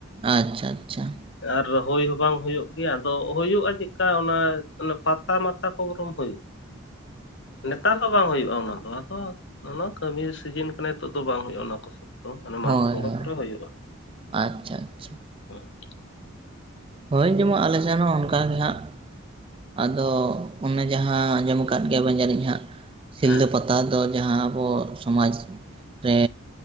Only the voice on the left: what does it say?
ᱟᱨ ᱦᱩᱭ ᱦᱚᱸ ᱵᱟᱝ ᱦᱩᱭᱩᱜ ᱜᱮᱭᱟ ᱟᱫᱚ ᱦᱩᱭᱩᱜᱼᱟ ᱪᱮᱫᱠᱟ ᱚᱱᱟ ᱯᱟᱛᱟ ᱢᱟᱛᱟ ᱠᱚ ᱜᱚᱨᱚᱢ ᱦᱳᱭᱼᱼ
ᱱᱮᱛᱟᱨ ᱦᱚᱸ ᱵᱟᱝ ᱦᱩᱭᱩᱜᱼᱟ ᱚᱱᱟ ᱫᱚ, ᱟᱫᱚ ᱚᱱᱟ ᱠᱟᱹᱢᱤ ᱥᱤᱡᱤᱱ ᱠᱟᱱᱟ ᱱᱤᱛᱚᱜ ᱫᱚ ᱵᱟᱝ ᱦᱩᱭᱩᱜᱼᱟ ᱚᱱᱟ ᱠᱚ ᱥᱚᱵᱽ ᱾ ᱛᱚ ᱢᱟᱱᱮ ᱢᱟᱜᱽ
ᱵᱚᱸᱜᱟ
ᱠᱚᱨᱮ ᱦᱩᱭᱩᱜᱼᱟ ᱾
<unintelligible>
ᱦᱮᱸ